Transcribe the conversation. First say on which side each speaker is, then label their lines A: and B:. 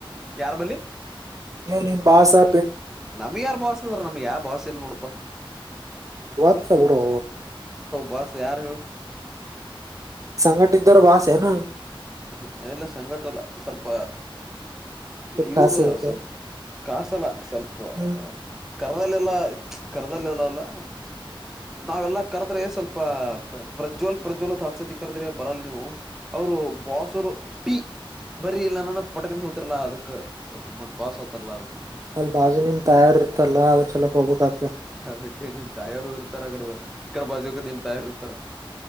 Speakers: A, in the centre; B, on the right.
A: ಯಾರ್
B: ನೀವ್ ನೀಮ್ ಬಸಾ
A: ನಮ್ ಯಾರ ಬಾಸದರ ನಮ್ಗೆ ಯಾವ ಬಾಸ್ ಇಲ್ ನೋಡಪಾ.
B: ಗೊತ್ ಬಿಡೋ.
A: ಬಸ್ ಯಾರು ಹೇಳು.
B: ಸಂಗಟಿದ್ದರ್ ಬಾಸೆನ.
A: ಹ ಎಲ್ಲ ಸಂಗಟಲ್ಲ ಸ್ವಲ್ಪ
B: ಸ್ವಲ್ಪ
A: ಇವರು
B: ಕಾಸ ಇರುತ್ತೆ
A: ಸ್ವಲ್ಪ ಕಾಸಲ ಸ್ವಲ್ಪ
B: ಹ್ಮ್
A: ಕರದಲ್ಲ ಎಲ್ಲಾ ಕರದಲ್ಲ ಎಲ್ಲ ಅಲ್ಲ ನಾವೆಲ್ಲಾ ಕರದ್ರೆ ಸ್ವಲ್ಪ ಪ್ರಜ್ವಲ್ ಪ್ರಜ್ವಲತ್ತ್ಸತಿ ಕರ್ದ್ರೆ ಬರಲ್ ನೀವು ಅವರು ಬಾಸ್ರು ಪಿ ಬರೀ ಇಲ್ಲ ನಾನ ಪಟಕನ ಹೋಗತಿರ್ಲಾ ಅದಕ್ ಸ್ವಲ್ಪ ಮ ಬಾಸ್ ಹತಾರಲಾ ಅದಕ್. ಹಂಗ
B: ಅಲ್ ಬಾಜು ನಿಮ್ ತಯಾರಿ ಇರ್ತಲ್ಲ ಅದ ಚಲೋಕ್ ಹೋಗ್ಕ್ತ.
A: ಅದಕ್ಕೆ ನಿಮ್ ತಯಾರು ಇರ್ತಾರ ಅಂಗಡ ಈಕಡ ಬಾಜಕ ನಿಮ್ ತಯಾರು ಇರ್ತಾರ.